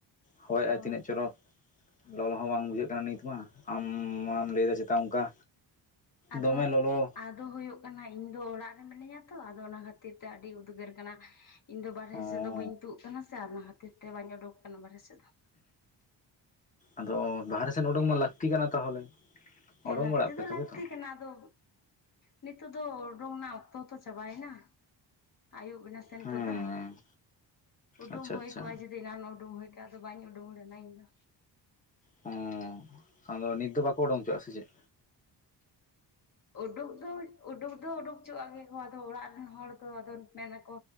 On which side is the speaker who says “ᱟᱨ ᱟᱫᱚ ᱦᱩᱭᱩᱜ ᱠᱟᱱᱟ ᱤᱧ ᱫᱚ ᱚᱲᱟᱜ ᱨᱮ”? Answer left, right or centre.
Left